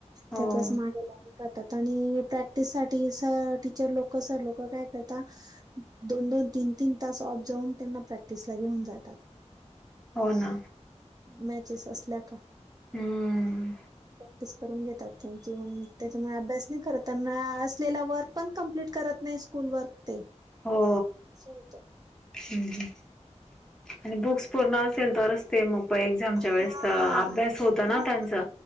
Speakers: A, in the centre; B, on the right.
A: हो
B: त्यातच मागे <inaudible> करतात आणि प्रॅक्टिस साठी सर टीचर लोकं, सर लोक काय करता दोन-दोन, तीन-तीन तास ऑफ जाऊन त्यांना प्रॅक्टिसला घेऊन जातात.
A: हो ना.
B: मॅचेस असल्या का.
A: हम्म
B: तेच करून घेतात त्यांचे म त्याच्यामुळे अभ्यास नाही करत असलेला वर्क पण कम्प्लीट करत नाही स्कूल वर्क ते,
A: हो
B: असं होत.
A: हम्म, हम्म आणि बुक्स पूर्ण असेल तरच ते मग पय एक्झामचा वेळे
B: हा
A: स अभ्यास होतं ना
B: मग
A: त्यांचा